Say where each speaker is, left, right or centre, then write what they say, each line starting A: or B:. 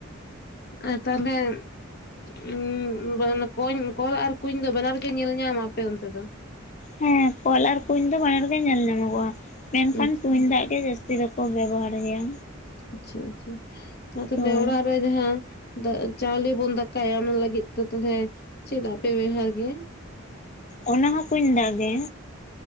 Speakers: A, on the left; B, on the left.
A: ᱟᱨ ᱛᱟᱦᱚᱞᱮ <unintelligible> ᱠᱚᱧ ᱠᱚᱞ ᱟᱨ ᱠᱩᱧ ᱫᱚ ᱵᱟᱱᱟᱨ ᱜᱮ ᱧᱮᱞ ᱧᱟᱢᱟ ᱟᱯᱮ ᱚᱱᱛᱮ ᱫᱚ᱾
B: ᱦᱮᱸ ᱠᱚᱞ ᱟᱨ ᱠᱩᱧ ᱫᱚ ᱵᱟᱱᱟᱨ ᱜᱮ ᱧᱮᱞ ᱧᱟᱢᱚᱜᱚᱜᱼᱟ᱾ ᱢᱮᱱᱠᱷᱟᱱ
A: ᱟᱪᱪᱷᱟ
B: ᱠᱩᱧ ᱫᱟᱜ ᱜᱮ ᱡᱟᱹᱥ ᱛᱤ ᱫᱚᱠᱚ ᱵᱮᱵᱚᱦᱟᱨ ᱜᱮᱭᱟ᱾
A: ᱟᱪᱪᱷᱟ ᱟᱪᱪᱷᱟ ᱟᱨ ᱛᱟᱦᱚᱞᱮ
B: ᱦᱳᱭ
A: ᱚᱲᱟᱜ ᱨᱮ ᱡᱟᱦᱟᱸ ᱪᱟᱣᱞᱮ ᱵᱚᱱ ᱫᱟᱠᱟᱭᱟ, ᱚᱱᱟ ᱞᱟᱹᱜᱤᱫ ᱛᱮ ᱛᱟᱦᱚᱞᱮ ᱪᱮ ᱫᱟᱜ ᱯᱮ ᱵᱮᱣᱦᱟᱨ ᱜᱮᱭᱟ?
B: ᱚᱱᱟ ᱦᱚᱸ ᱠᱩᱧ ᱫᱟᱜ ᱜᱮ᱾